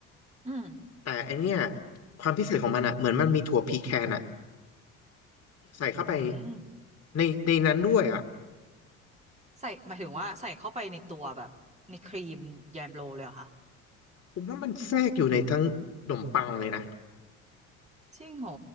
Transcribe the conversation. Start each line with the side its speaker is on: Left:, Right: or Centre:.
Right: อืม
Left: แต่ไอเนี้ยความพิเศษของมันอะเหมือนมันมีถั่วพีแคนอะใส่เข้าไป
Right: อืม
Left: ในในนั้นด้วยอะ
Right: ใส่หมายถึงว่าใส่เข้าไปในตัวแบบในครีมแยมโรเลยเหรอคะ
Left: ผมว่ามันแทรกอยู่ในทั้งขนมปังเลยนะ
Right: จริงเหรอ